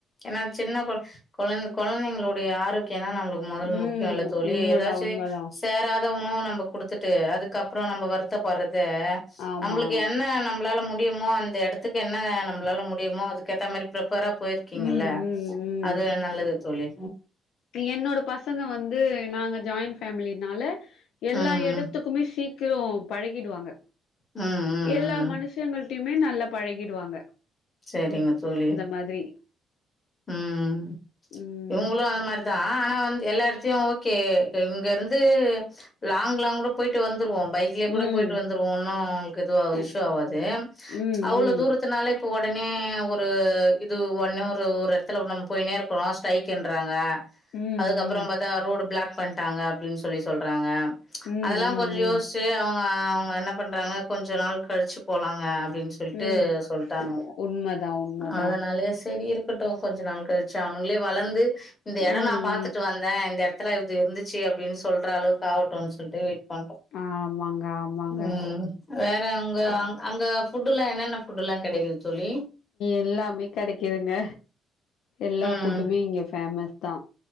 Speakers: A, on the left; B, on the left.
A: ஏன்னா சின்ன கொழ கொழந்த கொழந்தைங்களுடைய ஆரோக்கியோ தா நம்மளுக்கு மொதல
B: ம்
A: முக்கியம் ல தோழி
B: உண்மதா
A: ஏதாச்சு
B: உண்மதா
A: சேராத உணவு நம்ம குடுத்துட்டு அதுக்கப்றோ நம்ம வருத்தப்படுறது
B: ஆமா
A: நம்ளுக்கு என்ன நம்மளால முடியுமோ அந்த எடத்துக்கு என்ன வேணு நம்பளால முடியுமோ அதுக்கேத்தா மாதிரி பிரிப்பரா போயிருக்கீங்கல்ல
B: ம் ம் ம்
A: அது நல்லது தோழி
B: என்னோட பசங்க வந்து நாங்க ஜாயின் ஃபேமிலினால எல்லா
A: ம் ம்
B: எடத்துக் குமே சீக்கிரோ பழகிடுவாங்க
A: ம் ம்
B: எல்லா
A: ம்
B: மனுஷங்கள்ட்டயுமே நல்லா பழகிடுவாங்க
A: செரிங்க தோழி
B: மாத்ரி
A: உம் ம்
B: ம்
A: இவுங்களு அந்த மார் தா ஆனா வந்து எல்லா எடத்தையு ஓகே இங்க இருந்து லாங் லாங் கூட போயிட்டு வந்துருவோ பைக் லிய கூட
B: ம்
A: போயிட்டு வந்துருவோ ஒன்னு க்குஇதுவா இஷ்யூ ஆவாது
B: ம்
A: அவ்ளோ
B: ம்
A: தூரத்துக் பத்து நாளக்கி ஒடனே ஒரு இது ஒன்னே ஒரு ஒரு எடத்துல நம்ம போயினே இருக்கோ ஸ்டரைக்ன்றாங்க
B: ம்
A: அதுக்கப்புறோ
B: ம்
A: பாத் தா ரோடு ப்ளாக் பண்ணிட்டாங்க அப்டின்னு சொல்லி சொல்றாங்க
B: ம்
A: அதெல்லா
B: ம்
A: கொஞ்சோ
B: ம்
A: யோசுச்சு அவங்க அவங்க என்ன பண்றாங்க கொஞ்ச நாள் கழிச்சு போலாங்க அப்டின்னு சொ சொல்லிட்டு
B: ம்
A: சொல்ட்டாங்க
B: உண்மதா உண்மதா
A: அதனால சரி இருக் கட்டு கொஞ்ச நாள் கழிச்சு அவ்ங்களே வளந்து இந்த எடம்
B: ம்
A: நா பாத்துட்டு
B: ம்
A: வந் தே இந்த எடத்துல இது இருந்துச்சி அப்டின்னு சொல்ற அளவுக்கு ஆவட்டுன்னு சொல்லிட்டு வெயிட் பண்றோ
B: ஆமாங்க ஆமாங்க
A: உம் வேற அங்க அங்க ஃபுட்டு் எல்லா என்னென்ன ஃபுட்டு் எல்லா கெடக்கிது தோழி
B: எல்லாமே கெடக்கீதுங்க எல்லா
A: ம்
B: ஃபுட்டுமே இங்க ஃபேமஸ் தா